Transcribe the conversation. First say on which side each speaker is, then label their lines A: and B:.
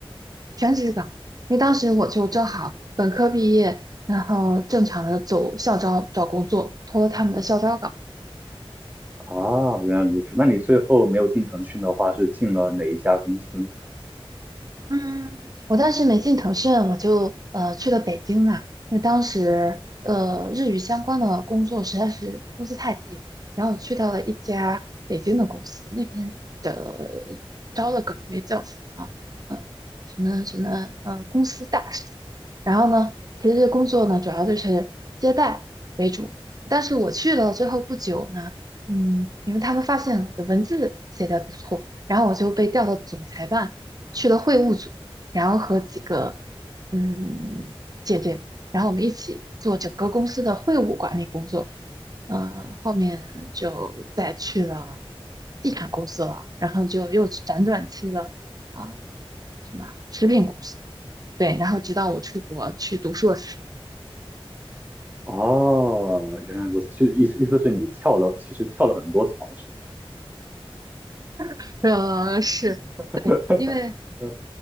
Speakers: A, on the right (about 40°); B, on the right (about 20°).
A: 全职岗，因为当时我就正好本科毕业，然后正常的走校招找工作，投了他们的校招岗。
B: 啊，原来如此。那你最后没有进腾讯的话，是进了哪一家公司呢
A: 嗯，我当时没进腾讯，我就呃去了北京嘛，因为当时呃日语相关的工作实在是工资太低了，然后我去到了一家北京的公司，那边的招的岗位叫什么？嗯，什么什么呃公司大使。然后呢，其实这工作呢主要就是接待为主，但是我去了之后不久呢，嗯，因为他们发现我的文字写的不错，然后我就被调到总裁办。去了会务组，然后和几个嗯姐姐，然后我们一起做整个公司的会务管理工作。呃，后面就再去了地产公司了，然后就又辗转去了啊、什么食品公司，对，然后直到我出国去读硕士，
B: 哦，原来如此，就意思意思是你跳了，其实跳了很多槽是吧？
A: <laughs> 呃，是对，
B: <laughs>
A: 因为
B: 嗯，